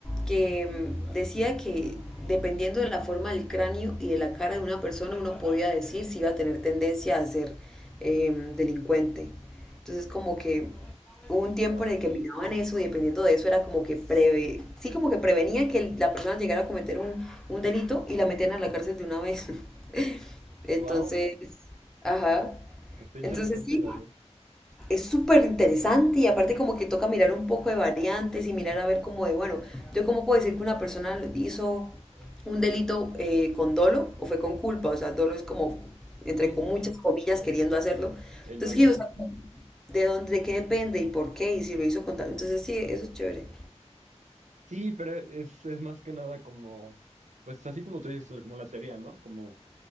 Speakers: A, in the centre; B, on the right.
A: que mm, decía que dependiendo de la forma del cráneo y de la cara de una persona, uno podía decir si iba a tener tendencia a ser em, delincuente. Entonces como que hubo un tiempo
B: Wow.
A: en el que miraban eso y dependiendo de eso era como que preve, sí como que prevenían que el- la persona llegara a cometer un, un delito y la metían a la cárcel de una vez. <laughs> Entonces,
B: Wow,
A: ajá.
B: está interesante
A: Entonces sí,
B: la verdad.
A: es súper interesante y aparte como que toca mirar un poco de variantes y mirar a ver como de, bueno, yo cómo puedo decir que una persona lo- hizo un delito eh, con dolo o fue con culpa, o sea, dolo es como entre
B: Sí,
A: con
B: sí,
A: muchas
B: sí,
A: comillas queriendo hacerlo.
B: el
A: Entonces,
B: doloso.
A: sí, o sea, de dónde, de qué depende y por qué, y si lo hizo con tal. Entonces sí, eso es chévere.
B: Sí, pero es, es más que nada como, pues así como tú dices, como la teoría, ¿no? Como,